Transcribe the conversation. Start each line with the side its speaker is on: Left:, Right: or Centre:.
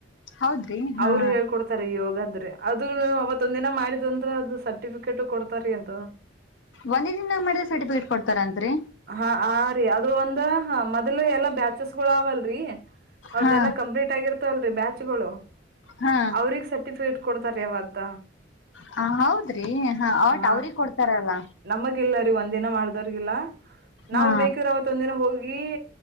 Left: ಹೌದ್ರಿ ಹಾ
Right: ಅವ್ರು ಹೇಳ್ಕೊಡ್ತಾರೆ ಯೋಗ ಆದ್ರೆ ಅದು ಅವತ್ತೊಂದ ದಿನ ಮಾಡಿದ್ ಅಂದ್ರೆ ಅದು ಸರ್ಟಿಫಿಕ ಕೆಟು ಕೊಡ್ತಾರೀ ಅದು
Left: ಒಂದೇ ದಿನದಾಗ ಮಾಡಿದ್ರ ಸರ್ಟಿಫಿಕೇಟ್ ಕೊಡ್ತಾರ ಅಂತ್ರಿ?
Right: ಹಾ ಆ ರಿ ಅದು ಒಂದ ಹ ಮೊದ್ಲು ಎಲ್ಲಾ ಬ್ಯಾಚಸ್ ಗಳು ಅವಲ್ರಿ ಅವ್ರ್ದಲ್ಲಾ
Left: ಹಾ
Right: ಕಂಪ್ಲೀಟ್ ಆಗಿರ್ತಲ್ರರಿ ಬ್ಯಾಚ್ಗಳು
Left: ಹಾ
Right: ಅವ್ರಗ್ ಸರ್ಟಿಫಿಕೇಟ್ ಕೊಡ್ತಾರಿ ಅವತ್ತ.
Left: ಹ ಹೌದ್ರಿ ಹ ವಟ್
Right: ಹಾ
Left: ಅವ್ರಿಗೆ ಕೊಡ್ತಾರಲ್ಲ.
Right: ನಮಗಿಲ್ಲ ರೀ ಒಂದ ದಿನ ಮಾಡಿದಾವ್ರಿಗೆ ಇಲ್ಲ.
Left: ಹಾ
Right: ನಾವ್ ಬೇಕಿದ್ರ ಅವತ್ ಒಂದಿನ ಹೋಗಿ